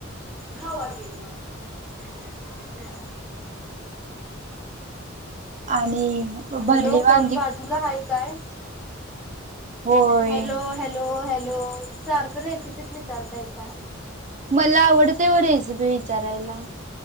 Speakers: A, in the centre; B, on the right (about 35°).
A: खावा की मग. <inaudible>
B: आणि भरली
A: हॅलो कोण
B: वांगी
A: बाजूला
B: कस?
A: आहेा काय
B: होय
A: हॅलो हॅलो हॅलो हॅलो सारख रेसिपी विचारताय स
B: मला आवडते व रेसिपी विचारायला